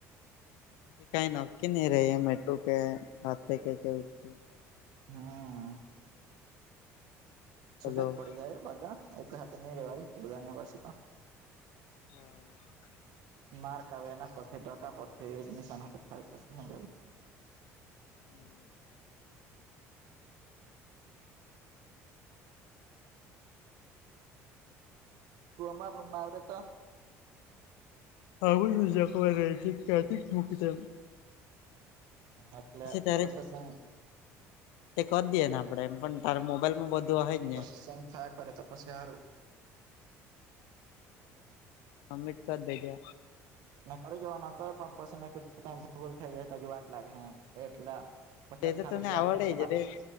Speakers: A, on the left; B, on the right.
A: પછી કાંઈ નકકી ન રહીયા મેટ્ર કે હાથ તે કાય એવું જ. તે
B: હા આ છૂટા
A: હલો
B: જ પડી જાય બધા એક સાથે નહી રેવાય નેયવસ
A: હા ઉ અં.
B: માર્ક આવે એના પર ટકા પર એડમિશન થાય પછી હું
A: હમ.
B: તું અમારા રૂમમાં આવડે તો
A: આવું જે કોઈ રાયથી ક્યાંથી કેપિટલ
B: એટલે
A: ત્યારે
B: પ્રોસેસાહ
A: તે કરી દઈએ ને આપણે એમ પણ તારે મોબાઈલ માં બધું હોય જ ને
B: સંખ્યા. ટ અરે તપાસ ને હારુ.
A: અમિટ કર દેગે
B: કરી જવાનું હતું, પણ પસંદગી ખોટી થઈ જાય, તો જ વાટ લાગે. એટલા પચાસ
A: તે તો
B: ખાન
A: તને
B: રૂપિયા
A: આવડે
B: આવે તેમાંથી
A: જ ને